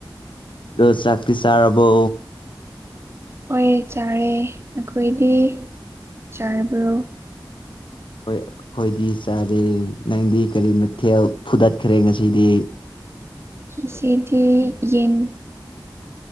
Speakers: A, on the left (about 80°); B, on the right (about 30°).
A: ꯑꯣ ꯆꯥꯛꯀꯤ ꯆꯥꯔꯕꯣ
B: ꯍꯣꯏ ꯆꯥꯔꯦ ꯅꯈꯣꯏꯗꯤ ꯆꯥꯔꯕ꯭ꯔꯣ
A: ꯍ ꯑꯩꯈꯣꯏꯗꯤ ꯆꯥꯔꯦ ꯅꯪꯗꯤ ꯀꯔꯤ ꯃꯊꯦꯜ ꯐꯨꯗꯠꯈ꯭ꯔꯦ ꯉꯁꯤꯗꯤ
B: ꯑꯁꯤꯗꯤ ꯌꯦꯡ